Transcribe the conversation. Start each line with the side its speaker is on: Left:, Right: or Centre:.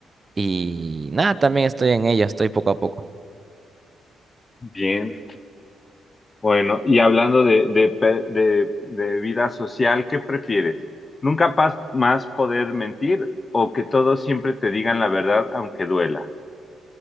Right: y nada, también estoy en ello, estoy poco a poco.
Left: Bien. Bueno, y hablando de, de, pe- de, de vida social, ¿qué prefieres? ¿Nunca pas- más poder mentir o que todos siempre te digan la verdad aunque duela?